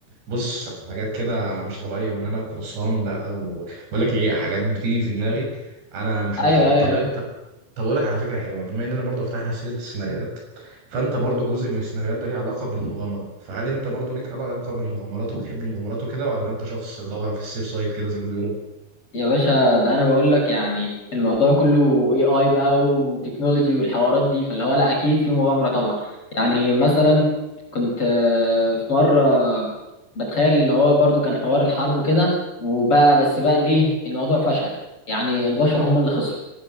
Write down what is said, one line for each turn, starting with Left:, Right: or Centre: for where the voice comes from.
Right: وبص حاجات كده مش طبيعيه وان انا قرصان بقى وبقول لك ايه حاجات بتيجي في دماغي انا مش
Left: ايوه
Right: متخيلها
Left: ايوه,
Right: طب
Left: أيوة.
Right: طب طب اقول لك على فكره حلوه بما اننا برضو فتحنا سيره السيناريوهات فانت برضو
Left: أوه.
Right: جزء من السيناريوهات ده ليه علاقه بالمغامره فهل انت برضو ليك علاقه بالمغامرات وبتحب المغامرات وكده ولا انت شخص اللي هو في السيف سايد كده زي ما بيقولوا
Left: يا باشا ده انا بقول لك يعني الموضوع كله اي اي بقى وتكنولوجي والحوارات دي فاللي هو لا اكيد في مغامره طبعا يعني مثلا كنت آه، في مره بتخيل ان هو برضو كان حوار الحرب وكده وبقى بس بقى ليه الموضوع فشل يعني البشر هم اللي خسروا